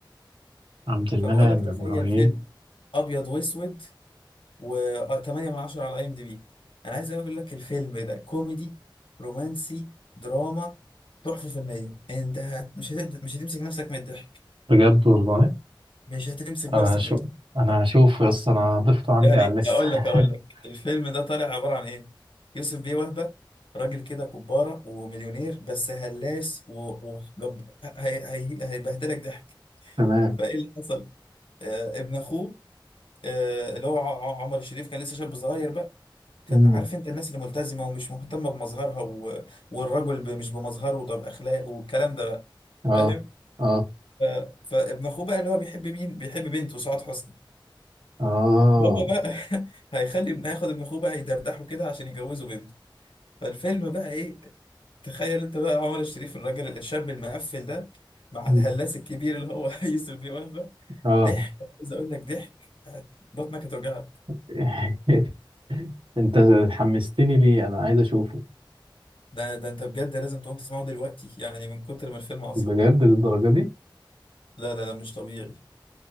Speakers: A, on the right; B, on the left.
A: عبد المنعم
B: فبقول لك تخيل
A: إبراهيم
B: فيلم ابيض واسود و8 من 10 على اي ام دي بي انا عايز اقول لك الفيلم ده كوميدي رومانسي دراما تحفه فنيه انت مش هتقدر مش هتمسك نفسك من الضحك
A: بجد والله
B: مش هتمسك نفسك
A: أنا هشوف
B: من الضحك
A: أنا هشوف يا اسطى أنا ضفته عندي
B: يعني
A: على الليستة
B: اقول لك اقول
A: <laughs>
B: لك الفيلم ده طالع عباره عن ايه يوسف بيه وهبه راجل كده كباره ومليونير بس هلاس و- وجب هي... هي... هيبهدلك ضحك
A: تمام
B: فايه اللي حصل آه ابن اخوه آه اللي هو ع- ع- عمر الشريف كان لسه شاب صغير بقى كان
A: مم.
B: عارف انت الناس اللي ملتزمه ومش مهتمه بمظهرها و... والرجل ب... مش بمظهره ده باخلاقه والكلام ده بقى
A: اه
B: فاهم
A: اه
B: ف... فابن اخوه بقى اللي هو بيحب مين بيحب بنته سعاد حسني
A: اه
B: هو بقى <laughs> هيخلي هياخد ابن اخوه بقى يدردحه كده عشان يجوزه بنت فالفيلم بقى ايه تخيل انت بقى عمر الشريف الراجل الشاب المقفل ده مع
A: مم.
B: الهلاس الكبير اللي هو <laughs> يوسف بيه وهبة
A: اه
B: ضحك عايز اقول لك ضحك بطنك هتوجعك
A: <laughs> أنت حمستني ليه أنا عايز أشوفه
B: ده ده انت بجد لازم تقوم تسمعه دلوقتي يعني من كتر ما الفيلم عظيم
A: بجد للدرجة دي
B: لا لا لا مش طبيعي